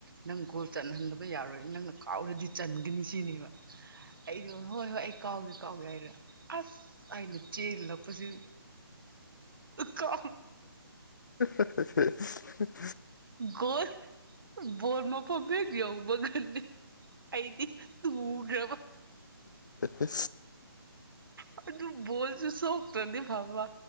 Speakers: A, on the right; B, on the left.
A: ꯅꯪ ꯒꯣꯜ ꯆꯟꯍꯟꯗꯕ ꯌꯥꯔꯣꯏ ꯅꯪꯅ ꯑꯣꯔꯗꯤ ꯆꯟꯒꯅꯤ ꯁꯤꯅꯦꯕ ꯑꯩꯗꯣ ꯍꯣꯏ ꯍꯣꯏ ꯑꯩ ꯀꯥꯎꯒꯦ ꯀꯥꯎꯒꯦ ꯍꯥꯏꯗ ꯑꯁ ꯑꯩꯅ ꯆꯦꯜꯂꯛꯄꯁꯤ ꯀ
B: <inaudible> <unintelligible>
A: ꯒꯣꯜ ꯕꯣꯜ ꯃꯥꯐꯝ ꯍꯦꯛ ꯌꯧꯕꯒꯅꯦ ꯑꯩꯗꯤ ꯇꯒ꯭ꯔꯕ
B: ꯐ
A: ꯑ ꯑꯗꯨꯨ ꯕꯣꯜꯁꯨ ꯁꯣꯛꯇ꯭ꯔꯗꯤ ꯐꯕ